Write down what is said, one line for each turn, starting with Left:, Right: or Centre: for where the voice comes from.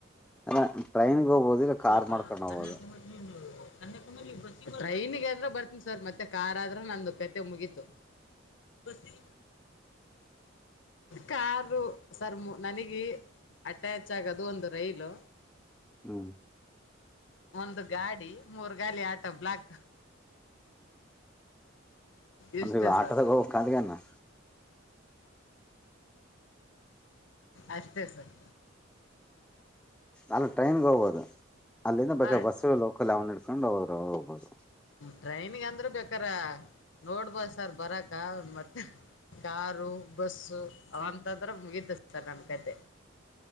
Centre: ಅಲ್ಲ ಟ್ರೈನ್ಗೆ ಹೋಗ್ಬೋದು ಇಲ್ಲ
Left: ಅಲ್ಲವಾ
Centre: ಕಾರ್ ಮಾಡ್ಕೊಂಡ್ ಹೋಗ್ಬೋದು
Left: ಕನ್ಯಾಕುಮಾರಿ ನೀನು ಕನ್ಯಾಕುಮಾರಿ ಭರ್ತಿ ಟ್ರೈನಿಗೆ ಆದ್ರ ಬರ್ತೀನಿ ಸರ್ ಮತ್ತೆ ಕಾರ್ ಆದ್ರ ನಂದು ಕತೆೆ ಮುಗೀತು. ಬರ್ತೀ ಕಾರು ಸರ್ ಮು ನನಗಿ ಅಟ್ಯಾಚ್ ಆಗೋದು ಒಂದು ರೈಲು.
Centre: ಹ್ಮ್
Left: ಒಂದು ಗಾಡಿ, ಮೂರ್ ಗಾಲಿ ಆಟೋ ಬ್ಲಾಕ್ ಇಷ್ಟೇ
Centre: ಅಂದ್ರಿವಾಗ
Left: ಸರ್
Centre: ಆಟದಗ್ ಹೋಗೋಕಾಗ್ಲಾನ
Left: ಅಷ್ಟೇ ಸರ್.
Centre: ಅಲ್ಲಿ ಟ್ರೈನ್ ಹೋಗಬಹುದು ಅಲ್ಲಿಂದ ಬೇಕಾದ್ರೆ
Left: ಹಾರ್ಟ್
Centre: ಬಸ್ ಲೋಕಲ್ ಯಾವನ ಹಿಡ್ಕೊಂಡು ಅವ್ರು ಹೋಗ್ಬಹುದು.
Left: ಟ್ರೈನಿಗೆ ಅಂದ್ರ ಬೇಕಾರ ನೋಡ್ಬೋದ ಸರ್ ಬರಕಾಗದ್ ಮತ್ತೆ. ಕಾರು ಬಸ್ಸು ಅವಂತದ್ರೆ ಮುಗಿತು ಸರ್ ನನ್ ಕತೆೆ.